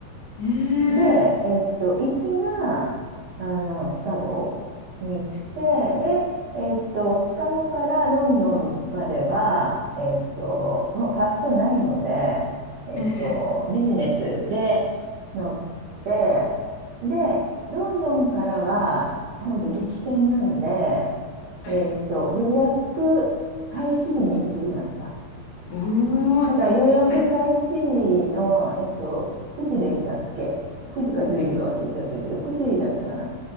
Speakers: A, on the left; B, on the right.
A: えー、
B: で、えっと、行きが、あの、シカゴにして、
A: はい、え
B: で、えっと、シカゴからロンドンまでは、えっと、もうファーストないので、えっと、
A: ー、え
B: ビジネスで乗って、で、ロンドンからは、本当激戦なんで、えっと、
A: ー、はい。
B: 予約開始日に取りました。
A: おー、
B: だから予約開始日の、
A: すごい。はい、
B: えっと、9時でしたっけ ?9 時か10時か忘れちゃったけど、
A: は
B: 9時だったかな。
A: い、